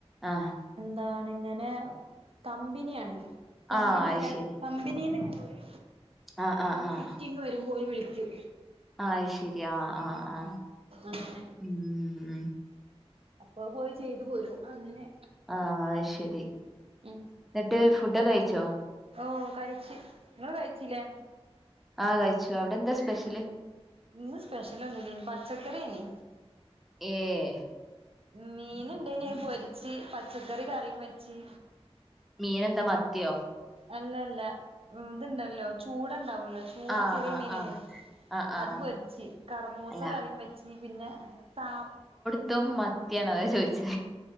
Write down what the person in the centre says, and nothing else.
ആഹ്
ആഹ് അയ്ശരി
ആഹ് ആഹ്
ആഹ്
അയ്ശരി ആഹ് ആഹ് ആഹ് ആഹ്
ഉം
ആഹ് അയ്ശരി
എന്നിട്ട് ഫുഡൊക്കെ കഴിച്ചോ
ആഹ് കഴിച്ചു അവിടെ എന്താ സ്പെഷ്യല്
ഏഹ്
മീനെന്താ മത്തിയോ
ആഹ്
ആഹ്
ആഹ് ആഹ് ആഹ്
ആഹ്
അല്ല
ത്തും മത്തിയാണ് അതാ ചോയ്ചെ